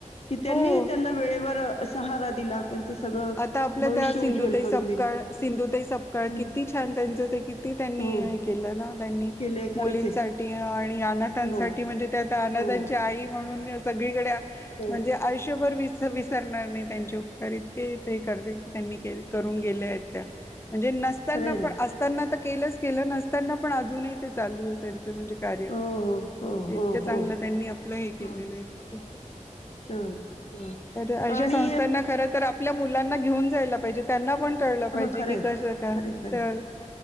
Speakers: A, on the left; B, on the left.
A: कि त्यांनी
B: हो
A: त्यांना वेळेवर सहारा दिला. त्यांचं सगळं
B: आता आपल्या
A: भविष्य
B: त्या सिंधुताई,
A: उज्ज्वल करून
B: सपकाळ
A: दिलं.
B: सिंधुताई
A: असं.
B: सपकाळ
A: हं.
B: किती छान त्यांचं ते किती त्यांनी
A: हो.
B: हे केलं ना त्यांनी
A: केलंय खरंच
B: मुलींसाठी,
A: आहे
B: आणि अनाथांसाठी
A: हो
B: म्हणजे त्या अनाथांची
A: हो
B: आई म्हणून सगळीकडेच
A: हो
B: म्हणजे आयुष्यभर विसरणार नाही त्यांचे उपकार ते <unintelligible> त्यांनी के करून गेल्या आहेत त्या म्हणजे नसताना
A: खरं आहे ना
B: पण असताना तर केलंच केलं नसताना पण अजूनही ते चालू आहे त्यां कार्य
A: हो हो हो हो
B: इतक चांगलं
A: हो
B: त्यांनी आपला हे केलेल
A: हो
B: आहे
A: हं हं
B: अश्या
A: आणि
B: संस्थाना आपण मुलांना घेऊन जायला पाहीजे त्यांना पण कळलं पाहिजे
A: ह खरे
B: की कसं काय
A: खरे खरे
B: तर